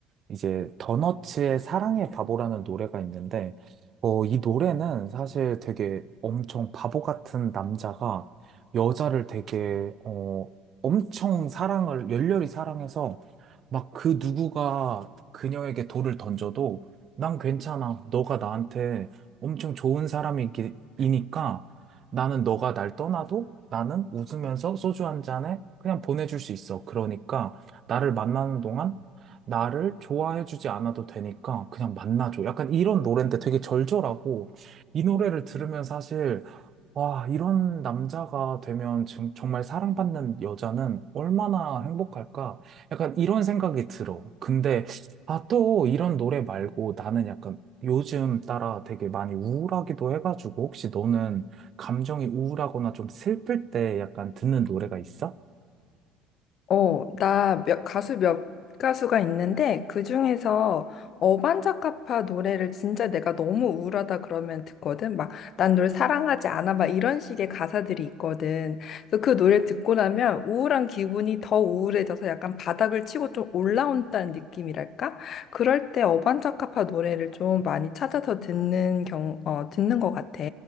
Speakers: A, on the right; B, on the left.
A: 이제 더너츠의 사랑의 바보라는 노래가 있는데 어, 이 노래는 사실 되게 엄청 바보 같은 남자가 여자를 되게 어, 엄청 사랑을 열렬히 사랑해서 막 그 누구가 그녀에게 돌을 던져도 난 괜찮아. 너가 나한테 엄청 좋은 사람이니까 나는 너가 날 떠나도 나는 웃으면서 소주 한 잔에 그냥 보내줄 수 있어. 그러니까 나를 만나는 동안 나를 좋아해주지 않아도 되니까 그냥 만나줘. 약간 이런 노래인데 되게 절절하고 이 노래를 들으면 사실 와, 이런 남자가 되면 정- 정말 사랑받는 여자는 얼마나 행복할까? 약간 이런 생각이 들어. 근데, 아, 또 이런 노래 말고 나는 약간 요즘 따라 되게 많이 우울하기도 해가지고 혹시 너는 감정이 우울하거나 좀 슬플 때 약간 듣는 노래가 있어?
B: 어, 나 몇, 가수 몇 가수가 있는데 그중에서 어반자카파 노래를 진짜 내가 너무 우울하다 그러면 듣거든. 막 난 널 사랑하지 않아 막 이런 식의 가사들이 있거든. 그래서 그 노래 듣고 나면 우울한 기분이 더 우울해져서 약간 바닥을 치고 좀 올라온다는 느낌이랄까? 그럴 때 어반자카파 노래를 좀 많이 찾아서 듣는 경 어, 듣는 것 같아.